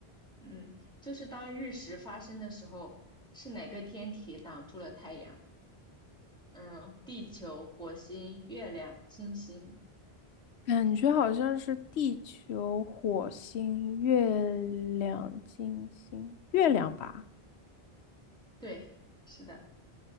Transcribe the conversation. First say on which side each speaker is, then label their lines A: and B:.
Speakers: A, in the centre; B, on the left.
A: 嗯，就是当日食发生的时候，是哪个天体挡住了太阳？嗯，地球、火星、月亮、金星，
B: 感觉好像是地球、火星、月亮、金星、月亮吧，
A: 对，是的，